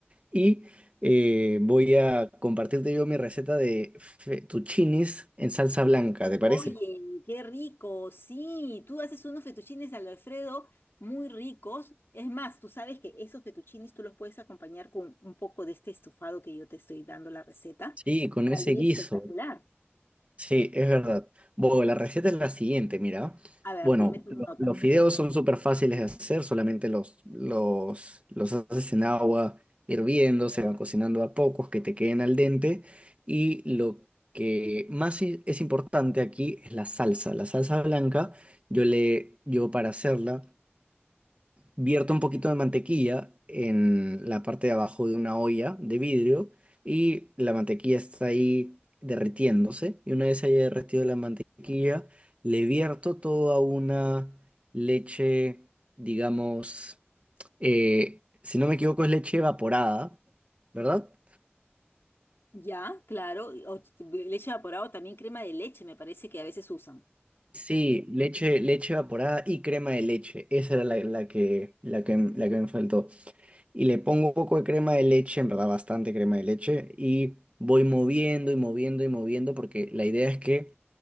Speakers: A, on the right; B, on the left.
A: y eh, voy a compartirte yo mi receta de fettuccinis en salsa blanca, ¿te parece?
B: Oye, qué rico, sí, tú haces unos fettuccines al Alfredo muy ricos. Es más, tú sabes que esos fettuccines tú los puedes acompañar con un poco de este estofado que yo te estoy dando la receta.
A: Sí, con
B: Saldría
A: ese guiso.
B: espectacular.
A: Sí, es verdad. Bueno, la receta es la siguiente, mira.
B: A ver,
A: Bueno,
B: dime tu
A: lo-
B: nota.
A: los fideos son súper fáciles de hacer, solamente los, los, los haces en agua hirviendo, se van cocinando a pocos, que te queden al dente. Y lo que más i- es importante aquí es la salsa. La salsa blanca, yo le, yo para hacerla vierto un poquito de mantequilla en la parte de abajo de una olla de vidrio y la mantequilla está ahí derritiéndose. Y una vez haya derretido la mantequilla, le vierto toda una leche, digamos, eh, si no me equivoco, es leche evaporada, ¿verdad?
B: Ya, claro, y o- leche evaporado, también crema de leche, me parece que a veces usan.
A: Sí, leche, leche evaporada y crema de leche. Esa era la, la que, la que, la que me faltó. y le pongo un poco de crema de leche, en verdad bastante crema de leche, y voy moviendo y moviendo y moviendo porque la idea es que